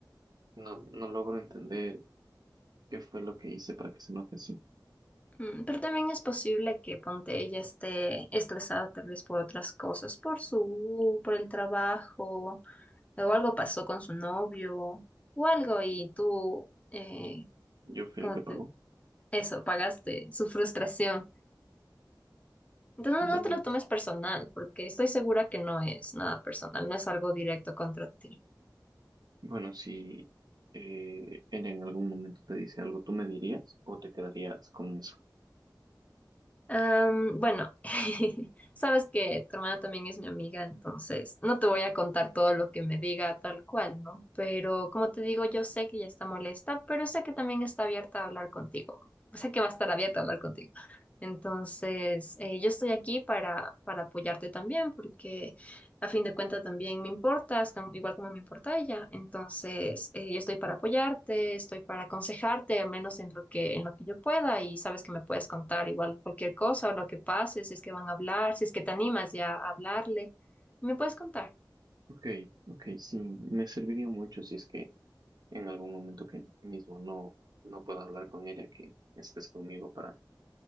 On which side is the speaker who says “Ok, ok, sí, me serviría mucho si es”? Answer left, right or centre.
Right